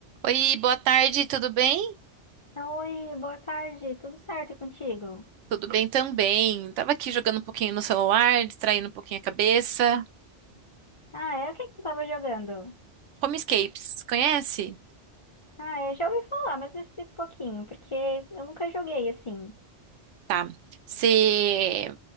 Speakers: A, on the right; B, on the left.
A: Oi, boa tarde, tudo bem?
B: Oi, boa tarde, tudo certo e contigo?
A: Tudo bem também. Tava aqui jogando um pouquinho no celular, distraindo um pouquinho a cabeça.
B: Ah, é? O que que tu tava jogando?
A: Homescapes, conhece?
B: Ah, eu já ouvi falar, mas me explica um pouquinho, porque eu nunca joguei assim.
A: Tá. Você